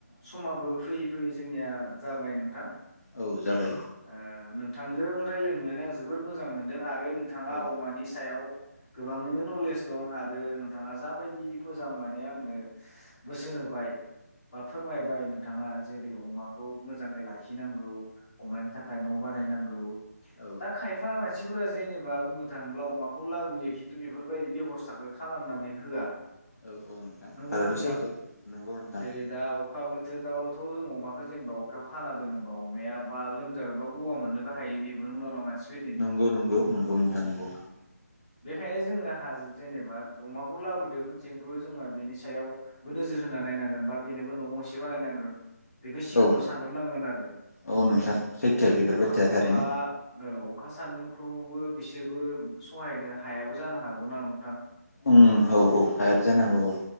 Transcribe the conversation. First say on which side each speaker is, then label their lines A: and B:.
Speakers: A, on the left (about 20°); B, on the left (about 60°).
A: समाबो फैयै फैयै जोंनिया जाबाय नोंथां
B: औ जादों
A: ओ नोंथांजों रायलायनो मोननानै आं जोबोर मोजां मोनदों आरो आरो नोंथाङा
B: औ
A: अमानि सायाव गोबांङैनो नलेज दं आरो नोंथाङा जाबायदि मोजां माने आंनो बोसोन होबाय मा फोरमायबाय नों थाङा जेरै अमाखौ मोजांङै लाखि लाखिनांगौ अमानि थाखाय न' बानायनांगौ
B: औ
A: दा खायफा <unintelligible> मानसिफोरा जेनेबा बुंनो थाङोब्ला अमाखौ लाबोयो खिन्थु बेफोरबायदि बेब'स्थाखौ खालामनानै होआ
B: औ - औ नोंथां
A: नंगौना
B: आरो
A: नोंथां?
B: सैथो नंगौ नोंथां
A: जेरै दा <unintelligible> जों अमाखौ जेनेबा अखायाव खाना दोनोबा अमाया मा लोमजागाबा गगा मोननोबो हायो बेबो बायदि नोंथां
B: नंगौ -नंगौ -नंगौ नोंथां नंगौ
A: बेखायनो जोङो हाजो जेनेबा अमाखौ लाबोदों जोंथ जोंहा बेनि सायावबो नोजोर होनानै नायनांगोन बा बेनोबो न' गंसे बानायनांगोन बेखौ सिगाङावनो
B: औ
A: सानग्रो नांगोन आरो
B: औ नोंथां सैथो बेफोर
A: अखा
B: बाथ्राया थारैनो
A: अखा औ अखा सान्दुंखौबो बिसोरबो सहायनो हायाबो जानो हागौ ना नोंथां
B: उम औ -औ हायाबो जानो हागौ औ